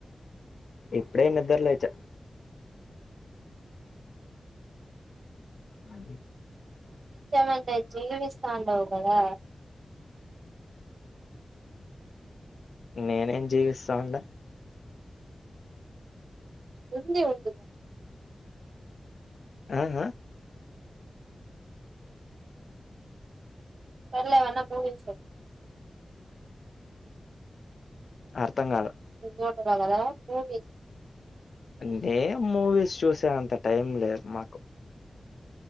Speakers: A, on the left (about 75°); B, on the right (about 75°).
A: ఇప్పుడే నిద్ర లేచా అ
B: మంట జీవిస్తండగాదా
A: నేనేం జీవిస్తామంద
B: ఉంది ఉ త
A: ఆ ఆ
B: సర్లే ఏమన్నా మూవీస్ చెప్పు
A: అర్థం కాలా
B: నిద్రపోతున్నావ్ కదా ఫోన్ చేసి
A: నేం మూవీస్ చూసే అంత టైం లేదు మాకు